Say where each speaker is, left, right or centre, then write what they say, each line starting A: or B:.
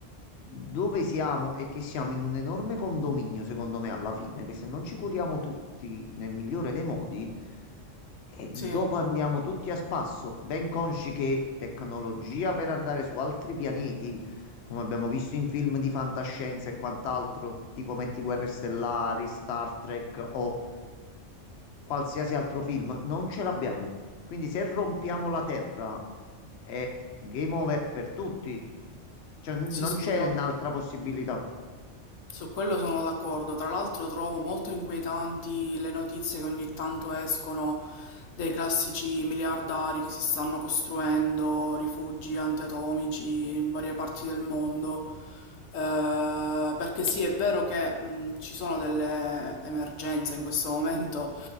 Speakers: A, on the left; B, on the left.
A: dove siamo e che siamo in un enorme condominio, secondo me, alla fine, che se non ci curiamo tutti nel migliore dei modi, e dopo
B: sì,
A: andiamo tutti a spasso, ben consci che tecnologia per andare su altri pianeti, come abbiamo visto in film di fantascienza e quant'altro, tipo Metti Guerre Stellari, Star Trek o qualsiasi altro film, non ce l'abbiamo. Quindi se rompiamo la Terra è game over per tutti. Cioè, n-
B: sì,
A: non
B: sì,
A: c'è
B: no.
A: un'altra possibilità.
B: Su quello sono d'accordo, tra l'altro trovo molto inquietanti le notizie che ogni tanto escono dei classici miliardari che si stanno costruendo rifugi antiatomici in varie parti del mondo, Eh, perché sì, è vero che mh, ci sono delle emergenze in questo momento